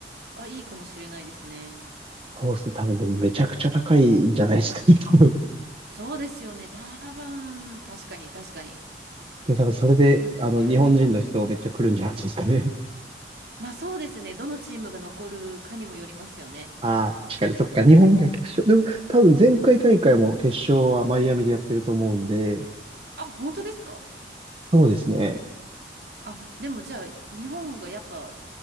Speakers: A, on the right; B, on the right.
A: あ、いいかもしれないですね。
B: そうですね。多分でもめちゃくちゃ高いんじゃないですかね、多分。
A: そうですよね。多分、確かに、確かに。
B: で、多分それで、
A: いくらぐらいですか
B: あの、日本人の人めっちゃ来るんじゃないですかね。
A: まあそうですね。どのチームが残るかにもよりますよね。
B: ああ、確かに、そっか、日本が決勝。でも、多分前回大会も決勝はマイアミでやってると思うんで、
A: あ、本当ですか
B: そうですね。
A: あ、でもじゃあ、日本がやっぱ